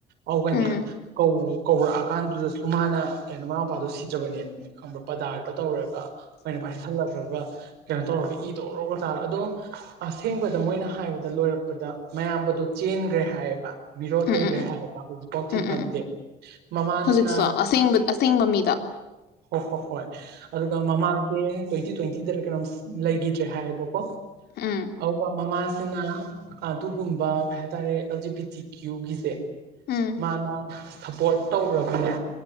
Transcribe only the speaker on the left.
ꯎꯝ
ꯎꯝ
ꯎꯝ ꯎꯝ ꯎꯝ
ꯎꯝ
ꯎꯝ
ꯍꯧꯖꯤꯛꯁꯨ ꯑꯁꯦꯡꯕ ꯑꯁꯦꯡꯕ ꯃꯤꯗꯣ
ꯎꯝ
ꯎꯝ